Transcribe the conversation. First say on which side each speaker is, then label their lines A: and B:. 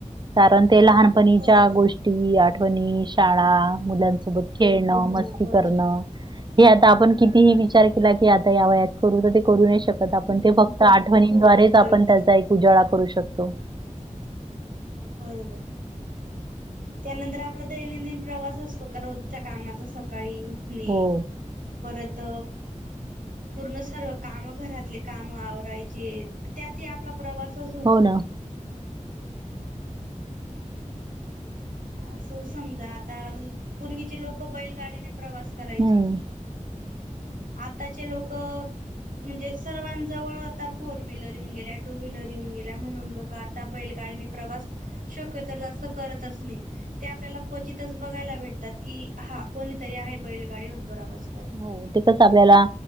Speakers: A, on the right; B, on the right.
A: कारण ते लहानपणीच्या
B: बरोबर
A: गोष्टी आठवणी, शाळा, मुलांसोबत खेळणं
B: हो
A: मस्ती
B: बरो
A: करणं हे आता आपण कितीही विचार केला की आता या वयात करू तर ते करू नाही शकत आपण ते फक्त
B: नाही
A: आठवणीन
B: हो
A: द्वारेच
B: बरोबर
A: आपण त्याचा उजाळा करू शकतो.
B: बरोबर. त्यानंतर आपला दैनंदिन प्रवास असतो का रोजच्या कामाचा सकाळी उ ठणे नाही
A: हो,
B: परत पूर्ण सर्व कामं घरातले कामं आवरायचे त्यात ही आपला प्रवासच होतो.
A: हो ना.
B: असं समजा आताल पूर्वीचे लोकं बैलगाडीने प्रवास करायची
A: हम्म.
B: आताचे लोकं म्हणजे सर्वां जवळ आता फोर व्हीलर येऊन गेल्या टू व्हीलर येऊन गेल्या म्हणून लो कं आता बैलगाडीने प्रवास शक्य तर जास्त करतच नाही. ते आपल्याला क्वचितच बघायला भेटतात की हा कोणीतरी आहे बैलगाडीवर परवास
A: हो तिथंच आपल्याला